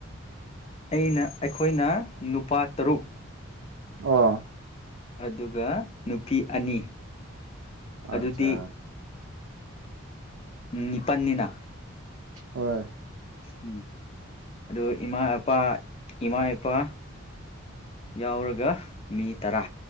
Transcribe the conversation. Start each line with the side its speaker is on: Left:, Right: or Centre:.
Left: ꯑꯩꯅ ꯑꯩꯈꯣꯏꯅ ꯅꯨꯄꯥ ꯇꯔꯨꯛ
Right: ꯑꯣ
Left: ꯑꯗꯨꯒ ꯅꯨꯄꯤ ꯑꯅꯤ ꯑꯗꯨꯗꯤ
Right: ꯑꯠꯆꯥ
Left: ꯅꯤꯄꯥꯜꯅꯤꯅ
Right: ꯍꯣꯏ
Left: ꯎꯝ ꯑꯗꯨ ꯏꯃꯥ ꯏꯄꯥ ꯏꯃꯥ ꯏꯄꯥ ꯌꯥꯎꯔꯒ ꯃꯤ ꯇꯔꯥ